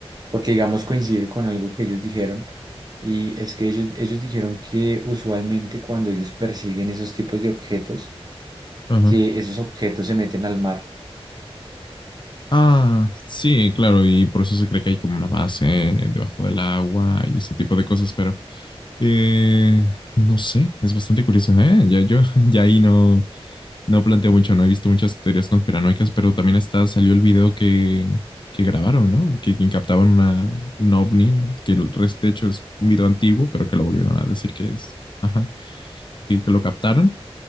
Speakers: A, on the right; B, on the left.
A: porque digamos coincide con algo que ellos dijeron, y es que ellos, ellos dijeron que usualmente cuando ellos persiguen esos tipos de objetos,
B: Ajá.
A: que esos objetos se meten al mar.
B: Ah, sí, claro, y por eso se cree que hay como una base debajo del agua y ese tipo de cosas, pero eh, no sé, es bastante curioso, ¿eh? Ya yo, <laughs> ya ahí no, no planteo mucho, no he visto muchas teorías conspiranoicas, pero también está, salió el video que, que grabaron, ¿no? Que, que captaban una, un ovni, que el resto, de hecho, es un video antiguo, pero que lo volvieron a decir que es, ajá, que, que lo captaron